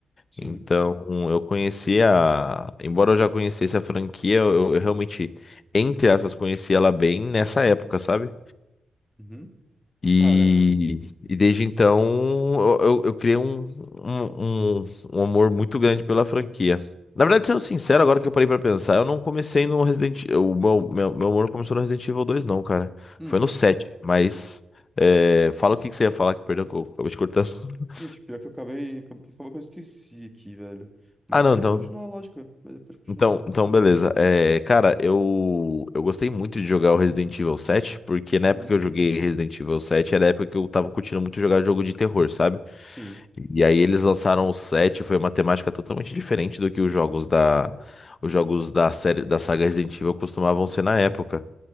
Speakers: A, in the centre; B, on the left.
A: Sim.
B: Então, eu conheci a. Embora eu já conhecesse a franquia, eu, eu realmente, entre aspas, conheci ela bem nessa época, sabe?
A: Uhum.
B: E,
A: Cara.
B: e desde então eu, eu, eu criei um, um, um, um amor muito grande pela franquia. Na verdade,
A: Hum.
B: sendo sincero, agora que eu parei pra pensar, eu não comecei no Resident Evil. O meu, meu, meu amor começou no Resident Evil dois não, cara.
A: hum.
B: Foi no 7, mas. é, fala o que que você ia falar que perdeu, que eu acabei te cortando. <laughs>
A: Deixa, pior que eu acabei. Acabou que acabou que eu esqueci aqui, velho. Mas
B: Ah, não,
A: pode
B: então.
A: continuar a lógica. Mas pode continuar.
B: Então, então beleza. É, cara, eu, eu gostei muito de jogar o Resident Evil 7, porque na
A: Uhum.
B: época que eu joguei Resident Evil 7 era a época que eu tava curtindo muito jogar jogo de terror, sabe?
A: Sim.
B: E aí eles lançaram o 7, foi uma temática totalmente diferente do que os jogos da, os jogos da série, da saga Resident Evil costumavam ser na época.